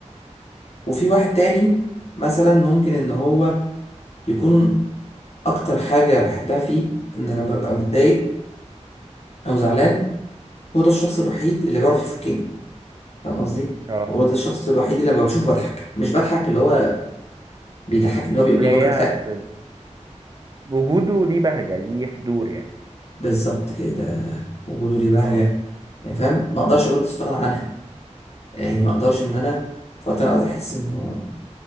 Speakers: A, on the left; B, on the right.
A: وفي واحد تاني مثلا ممكن ان هو يكون اكتر حاجة بحبها فيه ان لما ببقى متضايق او زعلان هو ده الشخص الوحيد اللي بيعرف يفكني فاهم قصدي
B: اه
A: هو ده الشخص الوحيد اللي لما بشوفه بضحك مش بضحك اللي هو بيضحكني اللي
B: سخرية
A: هو بيقول لي نكت لا
B: ب... وجوده ليه بهجة ليه حضور يعني
A: بالظبط كده ده وجوده لي بهجة
B: اه
A: يعني فاهم ما اقدرش برضه استغنى عنها يعني ما اقدرش ان انا في وقت من الاوقات احس انه